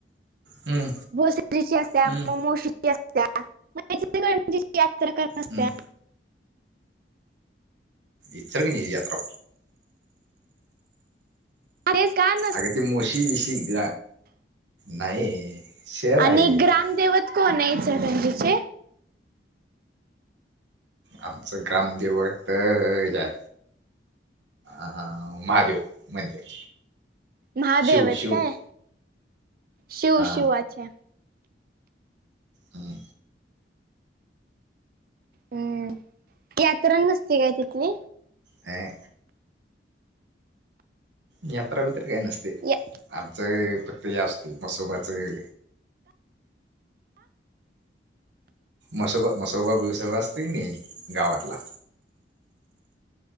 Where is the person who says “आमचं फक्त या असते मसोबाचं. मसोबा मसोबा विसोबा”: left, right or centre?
Right